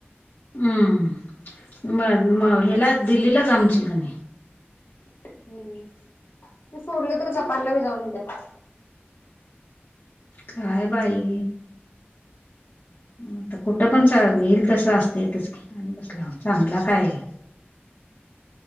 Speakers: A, on the left; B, on the left.
A: हं, म म हेला दिल्लीला जा म्हणशील कणी.
B: हं, ते सोडले तर जपानला बी जाऊन येत्यात.
A: काय बाई? आता कुठं पण घईल तस असतेच, आणि बसला चांगला काय? <inaudible>